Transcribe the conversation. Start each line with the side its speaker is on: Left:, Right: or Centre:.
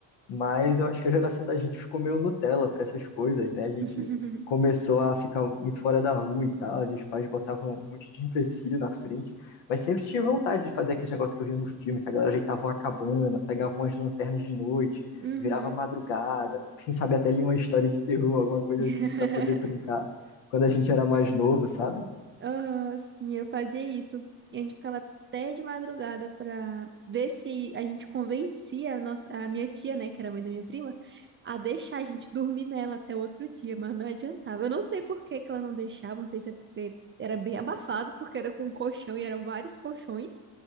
Left: Mas eu acho que a geração da gente ficou meio Nutella para essas coisas, né? A gente
Right: <laughs>
Left: começou a ficar muito fora da rua e tal, e os pais botavam um monte de empecilho na frente, mas sempre tive vontade de fazer aquele negócio que eu via no filme, que a galera ajeitava uma cabana, pegava umas lanternas de noite,
Right: Uhum.
Left: virava madrugada, quem sabe até lia uma história de terror, alguma coisa
Right: <laughs>
Left: assim, para poder brincar quando a gente era mais novo, sabe?
Right: Ah, sim, eu fazia isso. E a gente ficava até de madrugada pra ver se a gente convencia a, nossa, a minha tia, né, que era mãe da minha prima, a deixar a gente dormir nela até outro dia, mas não adiantava. Eu não sei por que que ela não deixava, não sei se é porque era bem abafado, porque era com colchão e eram vários colchões